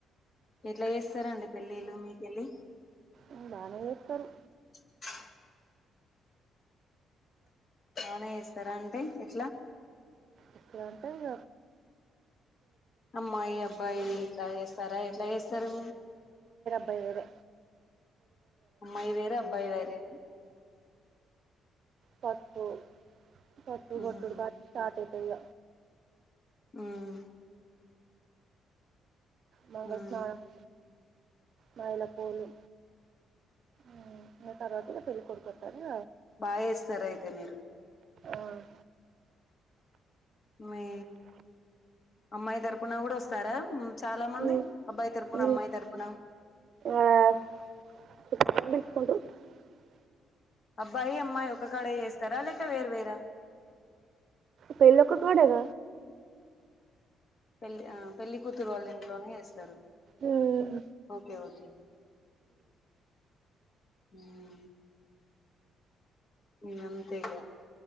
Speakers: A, on the left (about 50°); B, on the right (about 60°).
A: ఎట్ల చేస్తారండి పెళ్ళిళ్ళు మీకెళ్ళి.
B: ఉ బానే చేస్తరు.
A: <unintelligible> బానే చేస్తారండి ఎట్
B: ఎట్లంటే ఇగ
A: అమ్మాయి అబ్బాయి ఇట్ల చేస్తారా ఎట్లా చేస్తారు?
B: ఎవరు?
A: అమ్మాయి వేరు. అబ్బాయి వేరే.
B: పస్పు పస్పు
A: ఉహు
B: కొట్టుడు కాంచి స్టార్ట్ అయితదిగ.
A: మ్!
B: మంగళస్నానామ్
A: ఉమ్
B: మైలపూలు. ఉ ఇగ తర్వాత ఇగ పెళ్ళి కొడుకుకొత్తాడిగ
A: బాగ్ చేేస్తారయితే మీరు.
B: ఆవును.
A: మీ అమ్మాయి తరుపున కూడా వస్తారా మ్. చాలా మంది
B: ఉమ్,
A: అబ్బాయి తరుపున
B: ఉమ్,
A: అమ్మాయి తరుపున
B: ఆ, <unintelligible>
A: అబ్బాయి అమ్మాయి ఒక కాడే చేస్తారా లేక వేర్వెరా
B: పెళ్ళొక కాడేగ
A: పెళ్ళి ఆ పెళ్లి కూతురు వాళ్ళింట్లోనే చేస్తరు.
B: మ్మ్
A: ఓకే ఓకే మ్ మీ అంతేగా